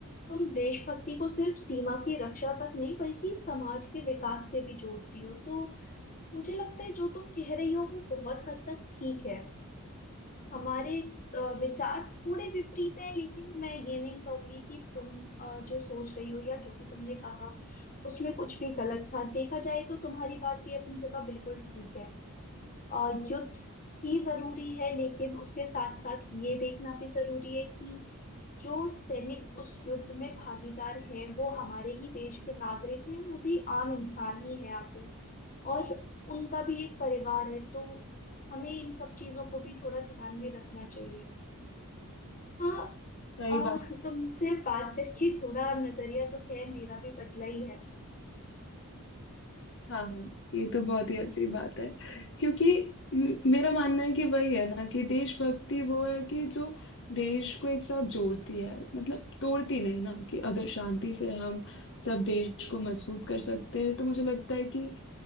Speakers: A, on the left; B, on the left.
A: तुम देशभक्ति को सिर्फ सीमा की रक्षा तक नहीं बल्कि समाज के विकास से भी जोड़ती हो तो मुझे लगता है जो तुम कह रही हो वो बहुत हद तक ठीक है हमारे अ, विचार थोड़े विपरीत हैं लेकिन मैं ये नहीं कहूंगी कि तुम अ, जो सोच रही हो या जो भी तुमने कहा उसमें कुछ भी गलत था देखा जाए तो तुम्हारी बात भी अपनी जगह बिल्कुल ठीक है अ, युद्ध ही जरूरी है लेकिन उसके साथ साथ ये देखना भी जरूरी है कि जो सैनिक उस युद्ध में भागीदार हैं वो हमारे ही देश के नागरिक हैं वो भी आम इंसान ही है आखिर और उनका भी एक परिवार है तो हमें इन सब चीजों को भी थोड़ा ध्यान में रखना चाहिए हाँ
B: सही
A: आ,
B: बात
A: तुमसे बात करके थोड़ा नजरिया तो खैर मेरा भी बदला ही है
B: हाँ हाँ ये तो बहुत ही अच्छी बात है क्योंकि म- मेरा मानना है कि वही है ना कि देशभक्ति वो है कि जो देश को एक साथ जोड़ती है मतलब तोड़ती नहीं ना कि अगर शांति से हम सब देश को मजबूत कर सकते हैं तो मुझे लगता है कि